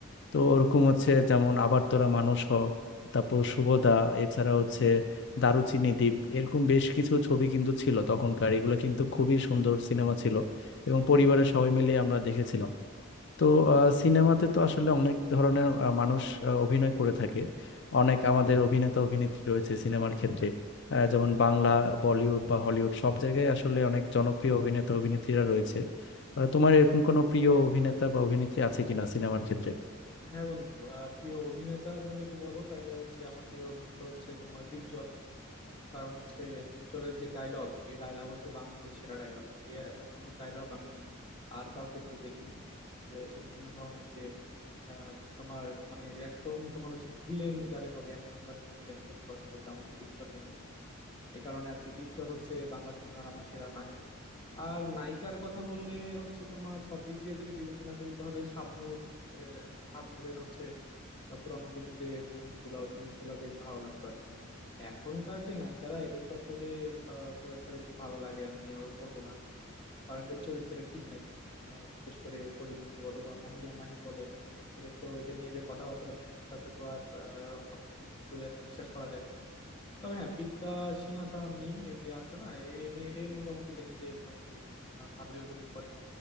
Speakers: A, on the left; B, on the left.
A: তো ওরকম হচ্ছে যেমন আবারতোরা মানুষ হ তারপর শুভদা এছাড়া হচ্ছে দারুচিনি দ্বীপ এরকম বেশ কিছু ছবি কিন্তু ছিল তখনকার এগুলো কিন্তু খুবই সুন্দর সিনেমা ছিল এবং পরিবারের সবাই মিলে আমরা দেখেছিলাম তো সিনেমাতে তো আসলে অনেক ধরনের আহ, মানুষ আহ, অভিনয় করে থাকে অনেক আমাদের অভিনেতা অভিনেত্রী রয়েছে সিনেমার ক্ষেত্রে আহ, যেমন বাংলা বলিউড বা হলিউড সব জায়গায় আসলে অনেক জনপ্রিয় অভিনেতা অভিনেত্রীরা রয়েছে আহ, তোমার এরকম কোনো প্রিয় অভিনেতা বা অভিনেত্রী আছে কিনা সিনেমার ক্ষেত্রে
B: হ্যাঁ বন্ধু আহ, প্রিয় অভিনেতা তুমি যদি বলো তাহলে হচ্ছে আমার প্রিয় অভিনেতা হচ্ছে তোমার ডিপজল কারণ হচ্ছে ডিপজলের যে ডায়লগ এই ডায়লগ হচ্ছে বাংলাদেশ সেরা ডায়লগ এত সুন্দর ডায়লগ আমি আর কাউকে দিতে দেখিনি যে হচ্ছে বিভিন্ন ধরনের যে আহ, তোমার মানে একদম তোমার হচ্ছে যে ভিলেন যারে বলে এক নম্বরের ভিলেন সত্যি কথা বলতে আমাকে ডিপজলেরই মনে হয় এই কারণে আর কি ডিপজল হচ্ছে বাংলা সিনেমার আমার সেরা নায়ক আর নায়িকার কথা বললে হচ্ছে তোমার সব দিক দিয়ে যদি বিবেচনা করি তাহলে শাবনূর আহ, শাবনূরের হচ্ছে আহ, পুরানো দিনে যে মুভিজ গুলা ওই মুভিজ গুলা বেশ ভালো লাগতো আর কি এখনকার যে নায়িকারা এদের তো আসলে আহ, খুব একটা বেশি ভালো লাগে আমি আবার বলবো না আর কি কারণ এদের চরিত্রের ঠিক নাই আহ, বিশেষ করে পরিমণি বলো বা মাহিয়া মাহি বলো এদের তো এদের নিয়ে যে কথাবার্তা শুনি তাতে তো আর আহ, কোনো কিছু আর কি বিশ্বাস করা যায় না তবে হ্যাঁ বিদ্যা সিনহা মিম এই যে আছে না এ নিয়ে- এ মোটামুটি দেখি যে মোটামুটি আহ, ভালোই অভিনয় করে